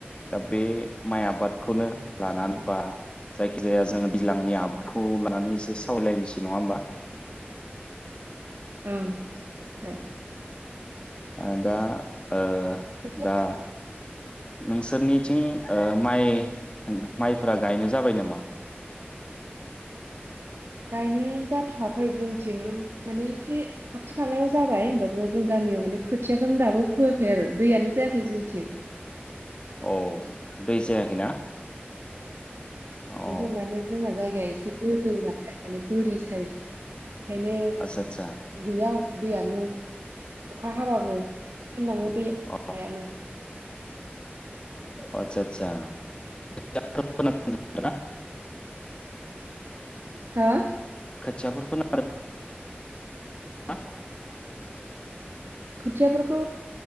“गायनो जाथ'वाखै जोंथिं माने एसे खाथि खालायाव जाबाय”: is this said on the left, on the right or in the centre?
Right